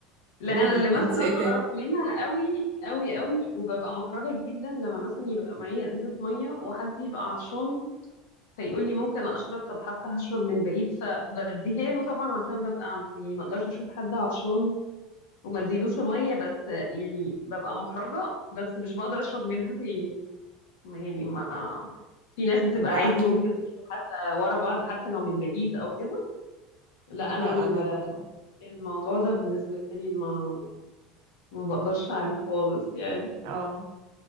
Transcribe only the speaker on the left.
لا
انا اللي مثلا
اقرف
منها قوي قوي قوي وببقى محرجه جدا لما مثلا يبقى معايا ازازه ميه وحد يبقى عطشان فيقول لي ممكن اشرب طب حتى هشرب من بعيد فبديها له طبعا عشان ببقى يعني ما اقدرش اشوف حد عطشان وما اديلوش الميه بس يعني ببقى محرجه بس مش بقدر اشرب منها تاني يعني ما في ناس بتبقى
عادي
ممكن تشرب حتى ورا بعض حتى لو من بعيد او كده لا انا
ال-
الموضوع ده بالنسبه لي ما ما بقدرش عليه خالص يعني